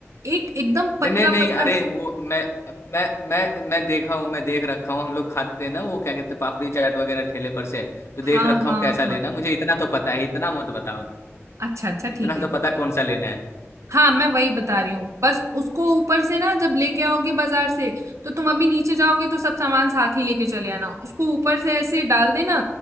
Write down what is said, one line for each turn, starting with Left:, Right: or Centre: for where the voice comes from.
Right: एक एकदम पतला
Left: नहीं नहीं नहीं
Right: पतला
Left: अरे वो मैं मैं मैं मैं देखा हूँ मैं देख रखा हूँ हम लोग खाते हैं ना वो क्या कहते हैं पापड़ी चाट वगैरह ठेले पर से तो
Right: हाँ
Left: देख रखा
Right: हाँ
Left: हूँ कैसा लेना
Right: हाँ
Left: है मुझे इतना तो पता है इतना मत बताओ
Right: अच्छा अच्छा
Left: इतना
Right: ठीक है
Left: तो पता
Right: ठीक है
Left: कौन सा लेना है
Right: हाँ मैं वही बता रही हूँ बस उसको ऊपर से ना जब लेके आओगे बाजार से तो तुम अभी नीचे जाओगे तो सब सामान साथ ही लेके चले आना उसको ऊपर से ऐसे डाल देना